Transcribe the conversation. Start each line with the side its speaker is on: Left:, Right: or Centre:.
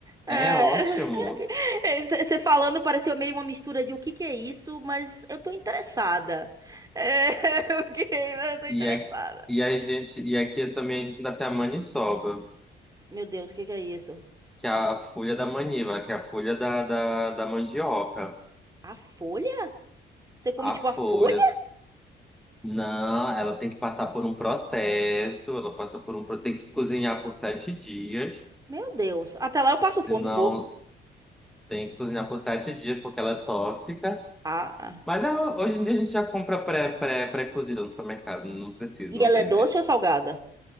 Right: É,
Centre: É ótimo.
Right: <laughs> Você falando pareceu meio uma mistura de o que que é isso, mas eu tô interessada. É, <laughs> ok, mas eu tô interessada.
Centre: E, a- e a gente, e aqui também a gente ainda tem a maniçoba,
Right: Meu Deus, o que que é isso?
Centre: que é a folha da maniva, que é a folha da, da, da mandioca.
Right: A folha? Você come
Centre: A
Right: tipo
Centre: folhas.
Right: a folha?
Centre: Não, ela tem que passar por um processo, ela passa por um, pro- tem que cozinhar por sete dias,
Right: Meu Deus. Até lá eu passo
Centre: senão
Right: fome, e morro.
Centre: tem que cozinhar por sete dias porque ela é tóxica.
Right: Ah, ah.
Centre: Mas é, hoje em dia a gente já compra pré, pré, pré-cozido no supermercado. Não precisa,
Right: e
Centre: não
Right: ela
Centre: tem.
Right: é doce
Centre: mas,
Right: ou salgada?